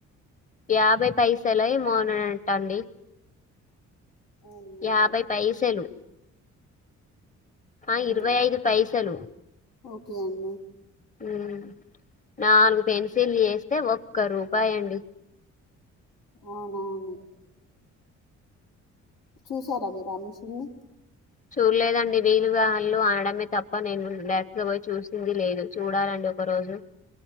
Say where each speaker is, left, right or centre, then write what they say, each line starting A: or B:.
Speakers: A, on the left; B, on the left.
A: యాభై పైసల ఏమో అన్ నన్ నంట అండి
B: అవునండి
A: యాభై పైసలు ఆ
B: ఉమ్,
A: ఇరవై ఐదు పైసలు
B: ఓకే అండి
A: మ్ నాలుగు
B: ఉమ్,
A: పెన్సిళ్ళు చేస్తే ఒక్క రూపాయండి
B: అవునవును చూసారా మీర్ ఆ మిషన్నీ
A: చూడలేదండి వీలువాళ్ళు ఆనడమే తప్ప నేను డైరెక్ట్గా పోయి చూసింది లేదు చూడాల డి ఒకరోజు